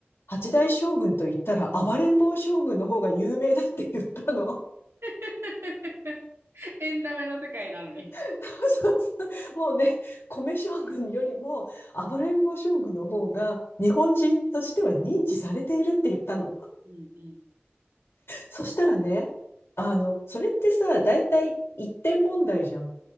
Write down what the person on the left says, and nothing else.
八代将軍と言ったら暴れん坊将軍の方が有名だって言ったの。
<laughs> そうそうそうもうね、米将軍よりも暴れん坊将軍の方が日本人としては認知されているって言ったの。
そしたらね、あの、それってさ、だいたい1点問題じゃん。